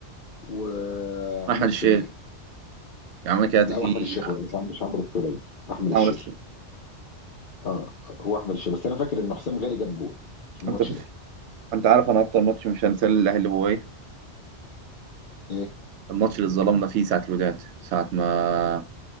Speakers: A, on the left; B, on the right.
A: وعمرو
B: احمد
A: السوليه
B: الشيخ يا عم كده
A: لا
B: في
A: واحمد الشيخ بقى مش عمرو مش عمرو السوليه احمد الشيخ
B: عمرو السولية.
A: اه هو احمد الشيخ بس انا فاكر ان حسام غالي جاب جون في الماتش
B: انت فف.
A: ده
B: انت عارف انا اكتر ماتش مش هنساه الاهلي هو ايه
A: ايه
B: الماتش اللي اتظلمنا فيه ساعه الوداد ساعه ما